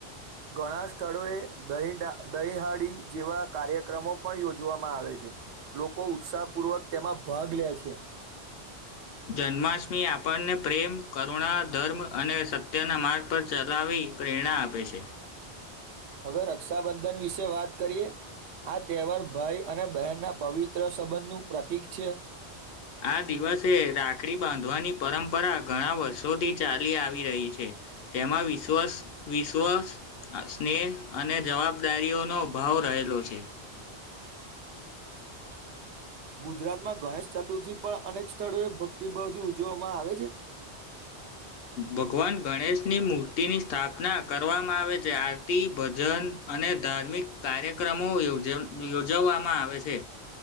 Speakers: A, on the right; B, on the left.
A: ઘણા સ્થળોએ દહી દહીહાડી જેવા કાર્યક્રમો પણ યોજવામાં આવે છે. લોકો ઉત્સાહપૂર્વક તેમાં ભાગ લે છે.
B: જન્માષ્ટમી આપણને પ્રેમ, કરુણા, ધર્મ અને સત ત્યાના માર્ગ પર ચલાવી પ્રેરણા આપે છે.
A: હવે રક્ષાબંધન વિશે વાત કરીએ. આ તહેવાર ભાઈ અને બહેનના પવિત્ર સંબંધ નું પ્રતીક છે.
B: આ દિવસે રાખડી બાંધવાની પરંપરા ઘણા વર્ષોથી ચાલી આવી રહી છે. તેમાં વિશ્વાસ વિશ્વા સ્નેહ અને જવાબદારીઓનો ભાવ રહેલો છે.
A: ગુજરાતમાં ગણેશ ચતુર્થી પણ અનેક સ્થળો એ ભક્તિભાવથી ઉજવવામાં આવે છે.
B: ભગવાન ગણેશની મૂર્તિની સ્થાપના કરવામાં આવે છે. આરતી, ભજન, અને ધાર્મિક કાર્યક્રમો યોજ યોજવવામાં આવે છે.